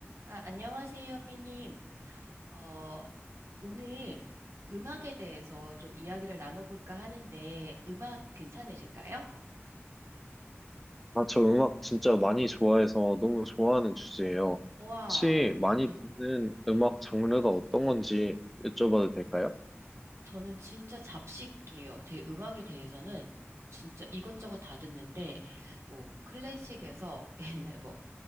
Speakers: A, on the right; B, in the centre.
A: 아, 안녕하세요, 삐님. 어, 오늘 음악에 대해서 좀 이야기를 나눠볼까 하는데, 음악 괜찮으실까요?
B: 아, 저 음악 진짜 많이 좋아해서 너무 좋아하는 주제예요.
A: 와,
B: 혹시 많이
A: 네,
B: 듣는 음악 장르가 어떤 건지 여쭤봐도 될까요?
A: 저는 진짜 잡식이에요. 되게 음악에 대해서는 진짜 이것저것 다 듣는데, 뭐, 클래식에서 <laughs> 옛날, 뭐,